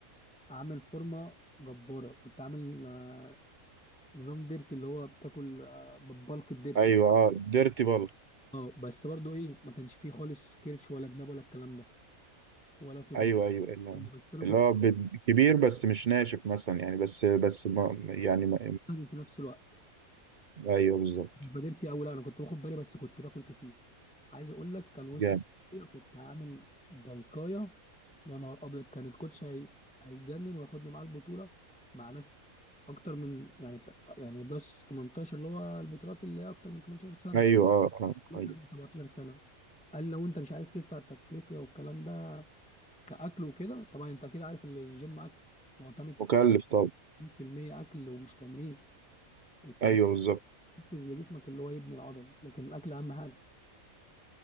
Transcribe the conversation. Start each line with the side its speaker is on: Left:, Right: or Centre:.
Centre: عامل فورمه جباره كنت عامل آه، نظام ديرتي اللي هو بتاكل آه، بالبلك بديرتي
Right: ايوه اه ديرتي بال
Centre: اه بس برضو ايه ما كانش فيه خالص كيرش ولا جناب ولا الكلام ده ولا في غد-
Right: ايوه ايوه
Centre: الكلام
Right: اللي هو
Centre: ده بس انا
Right: اللي
Centre: كنت
Right: هو ب- كبير بس مش ناشف مثلا يعني بس بس ما يعني ما
Centre: يعني في نفس الوقت
Right: ايوه بالظبط
Centre: مش بادرتي قوي لا انا كنت باخد بالي بس كنت باكل كتير عايز اقول لك كان وصل
Right: جامد
Centre: كنت عامل بلقايه يا نهار ابيض كان الكوتش هي... هيتجنن وياخدني معاه البطوله مع ناس اكتر من يعني يعني بلس 18 اللي هو البطولات اللي هي اكتر من 18
Right: ايوه
Centre: سنه
Right: اه اه
Centre: لسه
Right: ايوه
Centre: عندي 17 سنه قال لو انت مش عايز تدفع التكلفه والكلام ده كاكل وكده طبعا انت اكيد عارف ان الجيم اكل معتمد
Right: مكلف طبعا
Centre: 100% اكل ومش تمرين التمرين
Right: ايوه بالظبط
Centre: بيحفز لجسمك اللي هو يبني العضل لكن الاكل اهم حاجه